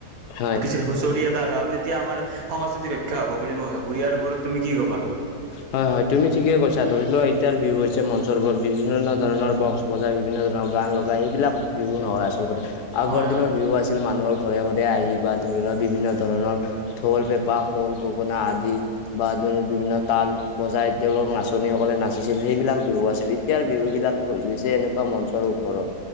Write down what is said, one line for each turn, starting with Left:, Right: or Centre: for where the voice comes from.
Left: হয়
Right: কিছু হুঁচৰি এটা গাও তেতিয়া আমাৰ সংস্কৃতি ৰক্ষা হ'ব বুলি মই ভাবো ইয়াৰ ওপৰত তুমি কি ক'বা?
Left: হয় -হয় তুমি ঠিকে কৈছা ধৰি লোৱা এতিয়াৰ বিহু হৈছে মঞ্চৰউপৰত বিভিন্ন ধৰণৰ বস্ক বজাই বিভিন্ন ধৰণৰ গান লগাই সেইবিলাক বিহু নহয় আচলকতে আগৰ
Right: হয়
Left: দিনৰ
Right: হয়
Left: বিহু আছিল মানুহৰ ঘৰে- ঘৰে আহি বা ধৰি লোৱা বিভিন্ন ধৰণৰ ঢোল, পেঁপা, খোল, গগনা আদি বা <unintelligible> বিভিন্ন তাল বজাই তেওঁলোক নাচনী সকলে নাচিছিল সেইবিলাক বিহু আছিল এতিয়াৰ বিহু বিলাক হৈ গৈছে এনেকুৱা মঞ্চৰ ওপৰত